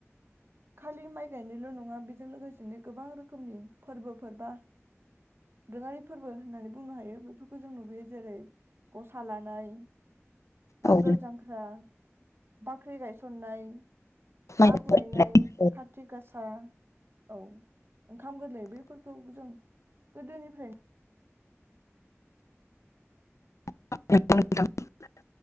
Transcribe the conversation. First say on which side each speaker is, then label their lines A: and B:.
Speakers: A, on the right; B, on the left.
A: खालि माइ गायनायल' नङा बेजों लोगोसेनो गोबां रोखोमनि फोरबोफोर बा दोरोङारि फोरबो होननानै बुंनो हायो बेफोरखौ जों नुबोयो जेरै गसा लानाय नांगोल
B: औ
A: जांख्रा बाख्रि गाय सननाय।
B: माइ
A: आग लायनाय
B: औ
A: खाथ <unintelligible> औ ओंखाम गोरलै बेैफोरखौ जों गोदोनिफ्राय
B: <unintelligible>